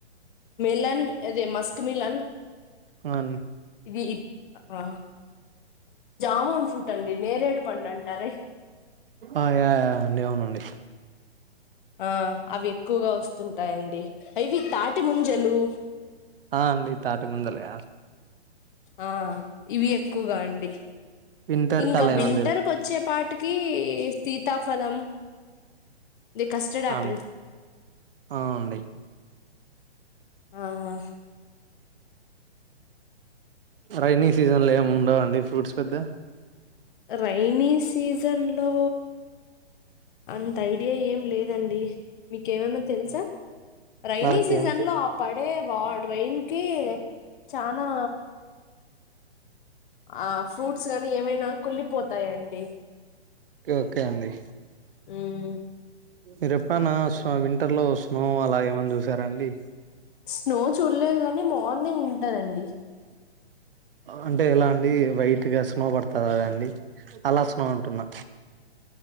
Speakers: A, on the left; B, on the right.
A: మిలన్ ఏదే మస్క్ మిలాన్
B: అవును
A: ఈ ఆ జామున్ ఫ్రూట్ అండి నేరడు పండ్లంటరు
B: ఆ యా అండి విన్ననండి
A: ఆ అవి ఎక్కువగా వస్తుంటాయండి అవి తాటి మంజలు
B: ఆ అండి తాటి మందలా
A: ఆ ఇవి ఎక్కువగా అండి
B: వింటర్
A: ఇంకా
B: కలా
A: వింటర్క్
B: ఏమన్నా తెలు
A: వచ్చే పాటికి కీ సీతాఫలం ఇది కస్టర్డ్ ఆపిల్
B: అవును అవునండి
A: ఆ
B: రైనీ సీజన్ ల ఏమి ఉండవండి ఫ్రూట్స్ పెద్ద
A: రైనీ సీజన్ లో అంత ఐడియా ఏం లేదండి మీకేమన్నా తెలుసా రైైనీ
B: నాకేం
A: సీజన్
B: ఓకే
A: లో ఆ పడే వా డ్రైన్ కి చానా ఆ ఫ్రూట్స్ సర్ ఎమైనా కుల్లిపోతాయండి
B: ఓకే అండి
A: ఊమ్
B: మీరు ఎప్పుడన్నా స్నో వింటర్ లో స్నో అలా ఏమన్నా జూశారాఅండీ
A: స్నో చూలేదు గ నె మార్నింగ్ ఉంటనండి
B: అంటే ఎలా అండి వైట్గా స్నో వడతాదా అండీ అలా స్నో అంటున్నా